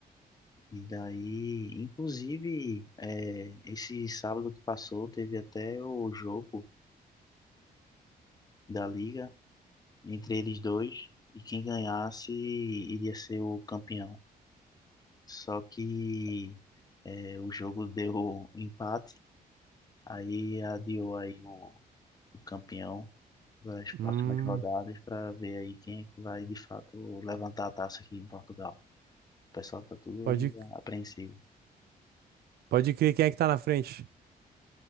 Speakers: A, on the left; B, on the right.
A: E daí, inclusive, é, esse sábado que passou, teve até o jogo da Liga entre eles dois, e quem ganhasse iria ser o campeão. Só que é, o jogo deu um empate, aí adiou aí o o campeão. nas próximas
B: Hum,
A: rodadas para ver aí quem é que vai de fato levantar a taça aqui em Portugal. O pessoal tá tudo
B: pode,
A: aí apreensivo.
B: pode crer quem é que tá na frente.